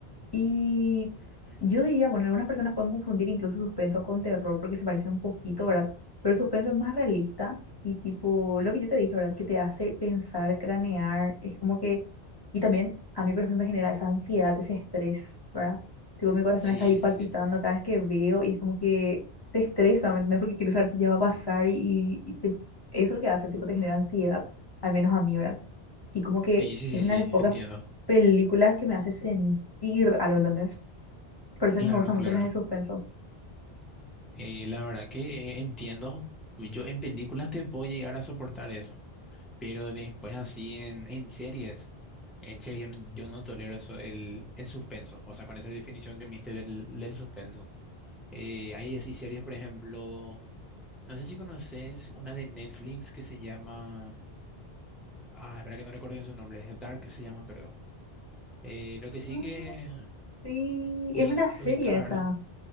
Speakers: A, on the left (about 25°); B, in the centre.
A: Y
B: mm, mm.
A: yo diría, bueno, algunas personas pueden confundir incluso suspenso con terror porque se parece un poquito, ¿verdad? Pero el suspenso es más realista y tipo, lo que yo te dije, ¿verdad? Que te hace pensar, cranear, es como que, y también a mí, por ejemplo, me genera esa ansiedad, ese estrés, ¿verdad? Tipo, mi corazón
B: Sí,
A: está ahí palpitando
B: sí, sí.
A: cada vez que veo y es como que te estresa, ¿me entiendes? Porque quieres saber qué ya va a pasar y, y te- eso es lo que hace, tipo, te genera ansiedad, al menos a mí, ¿verdad? y como que
B: Sí, sí,
A: es una
B: sí, sí,
A: de las pocas
B: entiendo.
A: películas que me hace sentir algo, ¿entendés? Por eso
B: Claro,
A: es que me gustan
B: claro.
A: mucho las de suspenso.
B: Eh, la verdad que entiendo. Yo en películas te puedo llegar a soportar eso, pero después así en, en series, en series yo no, yo no tolero eso, el, el suspenso, o sea, con esa definición que me diste del, del suspenso. Eh, hay así series, por ejemplo, no sé si conoces una de Netflix que se llama, ah, espera que no recuerdo bien su nombre, es Dark se llama creo. Eh, lo que sigue,
A: Ah, Sí,
B: uy,
A: es una serie
B: ubicada,
A: esa.
B: ¿verdad?